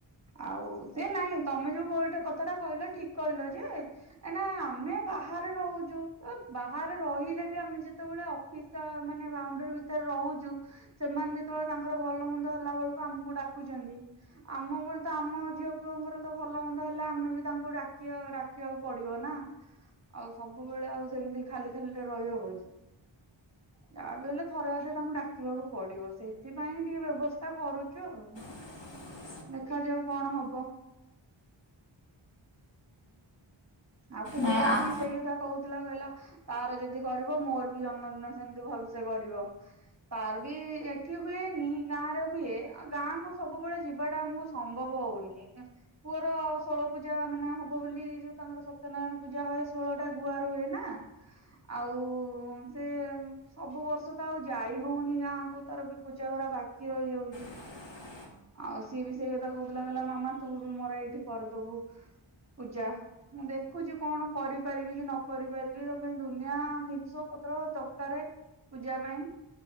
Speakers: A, on the right; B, on the left.
A: ଆଉ ସେ ନାଇଁ ତମେ ଯୋଉ ଗୋଟେ କଥା ଟା କହିଲ ଠିକ୍ କହିଲ ଯେ ଏଇନା ଆମେ ବାହାରେ ରହୁଛୁ ଏ ବାହାରେ ରହିଲେ ବି ଆମେ ଯେତେବେଳେ ଅଫିସ୍ ମାନେ ବାଉଣ୍ଡରୀ ଭିତରେ ରହୁଛୁ ସେମାନେ ଯେତେବେଳେ ତାଙ୍କର ଭଲ ମନ୍ଦ ହେଲା ବେଳକୁ ଆମକୁ ଡାକୁଛନ୍ତି। ଆମ ଉପରେ ତ, ଆମ ଝିଅ ପୁଅଙ୍କର ତ ଭଲ ମନ୍ଦ ହେଲେ ଆମେ ବି ତାଙ୍କୁ ଡାକିବା, ଡାକ ଦେଖିବାକୁ ପଡିବ ନା, ଆଉ ସବୁବେଳେ ଆଉ ସେମିତି ଖାଲି ଖାଲି ରେ ରହିହବ କି? ଯାହା ବି ହେଲେ ଥରେ ଅଧେ ତାଙ୍କୁ ଡାକିବାକୁ ପଡିବ, ସେଇଥିପାଇଁ ଟିକେ ବ୍ୟବସ୍ଥା କରୁଚୁ ଆଉ।
B: ହ
A: ଦେଖାଯାଉ କଣ ହବ? ଆଉ ପୁଅ
B: ନାଇଁ ଆ-
A: ବି ସେଇ କଥା କୋହୁଥିଲା କହିଲା ତାର ଯଦି କରିବ, ମୋର ବି ଜନ୍ମଦିନ ସେମିତି ଭଲସେ କରିବ। ତାର ବି ଏଠି ହୁଏନି ଗାଁ ରେ ହୁଏ, ଆ ଗାଁ କୁ ସବୁବେଳେ ଯିବାଟା ଆମକୁ ସମ୍ଭବ ହୋଉନି, ପୁଅର ଷୋଳ ପୂଜା ମାନେ ହବ ବୋଲି ଯୋଉ ତାଙ୍କର ସତ୍ୟନାରାୟଣ ପୂଜା ହଏ, ଷୋଳଟା ଗୁଆ ରୁଏ ନା? ଆଉ ସେ ସବୁ ବର୍ଷ ତ ଆଉ ଯାଇ ହୋଉନି ଗାଁକୁ, ତା ପରେ ବି ପୂଜା ଗୁରା ବାକି <unintelligible> ରହିଯାଉଛି।
B: <unintelligible>
A: ଆଉ ସିଏ ବି ସେଇ କଥା କୋହୁଥିଲା କହିଲା ମାମା ତୁ ବି ମୋର ଏଇଠି କରିଦବୁ। ପୂଜା ମୁଁ ଦେଖ ଦେଖୁଛି କଣ କରିପାରିବି କି ନ କରି ପାରିବି ତା ପାଇଁ ଦୁନିଆ ଜିନିଷ ପତ୍ର ଦରକାର। ପୂଜା ପାଇଁ।